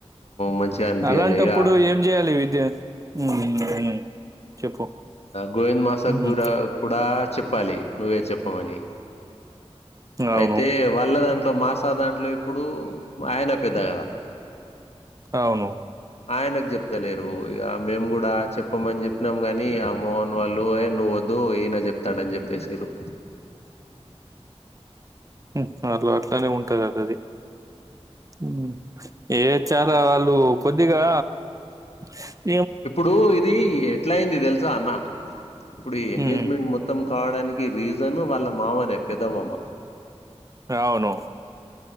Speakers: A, on the left; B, on the right.
A: మంచిగా అనిపియాలే
B: అలాంటప్పుడు
A: ఇగ
B: ఏం చేయాలి వితే ఉమ్ ఉమ్ చెప్పు
A: గోవింద్ మాసక్
B: ఉహు
A: గుర కూడా చెప్పాలి నువ్వే చెప్పమని
B: అవును
A: అయితే వాళ్ళ దాంతా ఇంట్లో మాసా దాంట్లో ఇప్పుడు ఆయన పెద్ద కదా
B: అవును
A: ఆయనకు చెప్తలేరు ఇగ మేము కూడా చెప్పమని చెప్పినాం గాని ఆ మోహన్ వాళ్ళు ఏ నువ్వ వద్దు ఈ నచ్చ చెప్తాడని చెప్పేసి ర
B: ఉమ్ అగొ అట్లానే ఉంటది అద అది ఉమ్ ఏ చ వాళ్ళు కొద్దిగా <inaudible>
A: ఇప్పుడు ఇది ఎట్లా అయింది తెలుసా అన్న ఇప్పుడు ఈ ఎంగేజ్మెంట్
B: ఉమ్
A: మొత్తం కావడానికి రీజను వాళ్ళ మామనే పెద్ద మామ
B: అవును